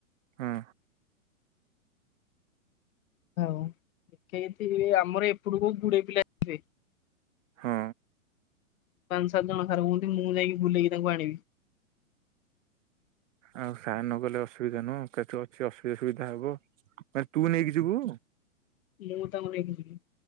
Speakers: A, on the right; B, on the left.
A: ହଁ
B: ହଉ ଦେଖଏଠି ଆମର ଏପଟକୁ ଗୁଡେ ପିଲାଯିବେ।
A: ହଁ
B: ପାଞ୍ଚ ସାତ ଜଣ ସାର୍ କହୁଛନ୍ତି ମୁଁ ଯାଇକି ବୁଲେଇକି ତାଙ୍କୁ ଆଣିବି।
A: ଆଉ ସାର୍ ନଗଲେ ଅସୁବିଧା ନୁହଁ କେତେ କି ଅସୁବିଧା ସୁବିଧା ହବ ମାନେ ତୁ ନେଇକି ଯିବୁ?
B: ମୁଁ ତାଙ୍କୁ ନେଇକି ଯିବି।